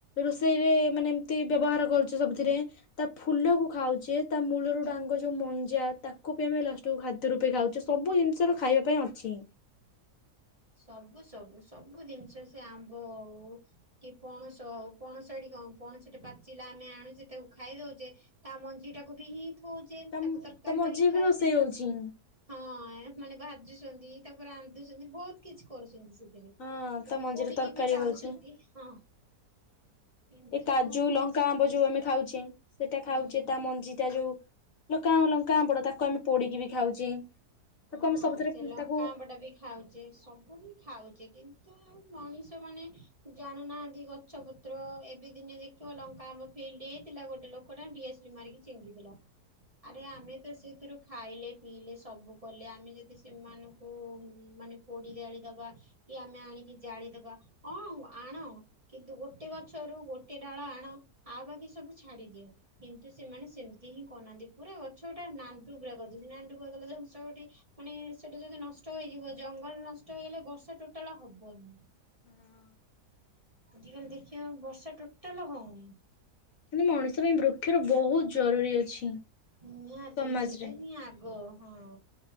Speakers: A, on the left; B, on the right.
A: ରୋଷେଇରେ ମାନେ ଏମତି ବ୍ୟବହାର କରୁଛେ ସବୁଥିରେ। ତା ଫୁଲକୁ ଖାଉଛେ ତା ମୂଳ ର ଡାଙ୍ଗ ଯୋଉ ମଞ୍ଜା ତାକୁ ବି ଆମେ ଲଷ୍ଟ ଟୁ ଖାଦ୍ୟ ରୂପେ ଖାଉଚେ ସବୁ ଜିନିଷ ର ଖାଇବା ପାଇଁ ଅଛି।
B: ସବୁ ସବୁ ସବୁ ଜିନିଷ ସେ ଆମ୍ବ ଅଉ କି ପଣସଉ ପଣସ ଏଠି କ ପଣସଟେ ପାଚିଲା ଆମେ ଆଣୁଚେ ତାକୁ ଖାଇଦଉଚେ ତା ମଞ୍ଜି ଟାକୁ ବି ହି ଥଉଚେ
A: ତା
B: ତାକୁ ତରକାରୀ
A: ତା ମଝିରେ
B: କରିକି
A: ବି
B: ଖାଉଚେ।
A: ରୋଷେଇ ହଉଛି
B: ହଁ ଆଇଁ ମାନେ ଭାଜୁଚନ୍ତି ତାକୁ ଫେ ରାନ୍ଧୁଚନ୍ତି ବହୁତ କିଛି କରୁଛନ୍ତି ସେ
A: ହଁ
B: ତାକୁ
A: ତା ମଞ୍ଜିରେ
B: ପୋଡିକି
A: ତରକାରୀ
B: ବି ଖାଉଛନ୍ତି,
A: ହଉଛି
B: ହଁ। କିନ୍ତୁ
A: ଏ କାଜୁ,
B: ମଣିଷ
A: ଲଙ୍କା, ଆମ୍ବ
B: ମାନେ
A: ଯୋଉ ଆମେ ଖାଉଛେ ସେଇଟା
B: ହୁଁ
A: ଖାଉଛେ
B: ହୁଁ
A: ତା ମଞ୍ଜି ତା ଯୋଉ ଲଙ୍କା ଲଙ୍କା ଆମ୍ବ ଟା ତାକୁ ଆମେ ପୋଡିକି ବି ଖାଉଛେ। ତାକୁ
B: ହଁ
A: ଆମେ ସବୁଥିରେ
B: ସେ ଲଙ୍କା
A: ତାକୁ
B: ଆମ୍ବ ଟା ବି ଖାଉ ଚେ, ସବୁ ହି ଖାଉଛେ କିନ୍ତୁ ମଣିଷ ମାନେ ଜାଣୁନାହାନ୍ତି ଗ ଛ ପୁତ୍ର ଏବେ ଦିନେ ଦେଖିବ ଲଙ୍କା ଆମ ଫିଲ୍ଡ ହେଇ ଥିଲା ଗୋଟେ ଲୋକ ଟା ଡିଆସିଲ୍ ମାରିକି ଚିଙ୍ଗିଦେଲା।
A: ଁ
B: ଆରେ ଆମେ ତ ସେଥିରୁ ଖାଇଲେ, ପିଇଲେ ସବୁ କଲେ ଆମେ ଯଦି ସେମାନଙ୍କୁ ମାନେ ପୋଡି ଜାଳି ଦବା କି ଆମେ ଆଣିକି ଜାଳିଦବା, ହଁଉ ଆଣ କିନ୍ତୁ ଗୋଟେ ଗଛରୁ ଗୋଟେ ଡାଳ ଆଣ, ଆଉ ବାକି ସବୁ ଛାଡିଦିଏ। କିନ୍ତୁ ସେମାନେ ସେମିତି ହିଁ କରନାହାନ୍ତି, ପୁରା ଗଛ ଗୋଟେ ନାଣ୍ଡୁ ପୁରା କରିଦଉଛି ନାଣ୍ଡୁ କରିଦେଲେ ତ୍ ଠି ମାନେ ସେଇଟା ଯଦି ନଷ୍ଟ ହେଇଯିବ ଜଙ୍ଗଲ ନଷ୍ଟ ହେଇଗଲେ ବର୍ଷା ଟୋଟାଲ ହବନି।
A: ହଁ।
B: ଆଜ କାଲି ଦେଖିବା ବର୍ଷା ଟୋଟାଲ ହଉନି।
A: କିନ୍ତୁ ମଣିଷ ପାଇଁ ବୃକ୍ଷର ବହୁତ ଜରୁରୀ ଅଛି।
B: ନିହାତି
A: ସମାଜରେ
B: ସେଇଟା ହିଁ ଆଗ, ହଁ।